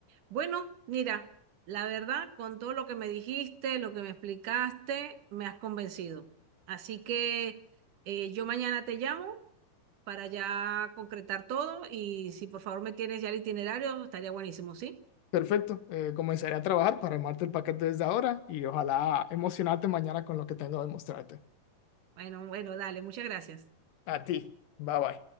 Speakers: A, on the right; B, on the left.
A: Bueno, mira, la verdad, con todo lo que me dijiste, lo que me explicaste, me has convencido. Así que eh, yo mañana te llamo para ya concretar todo y si por favor me tienes ya el itinerario, estaría buenísimo, ¿sí?
B: Perfecto, eh, comenzaré a trabajar para armarte el paquete desde ahora y ojalá emocionarte mañana con lo que tengo de mostrarte.
A: Bueno, bueno, dale, muchas gracias.
B: A ti, bye bye.